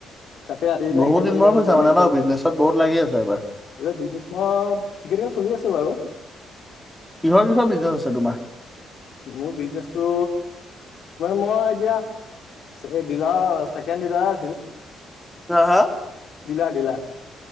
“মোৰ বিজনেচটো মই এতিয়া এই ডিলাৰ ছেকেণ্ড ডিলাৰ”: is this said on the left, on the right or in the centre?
Left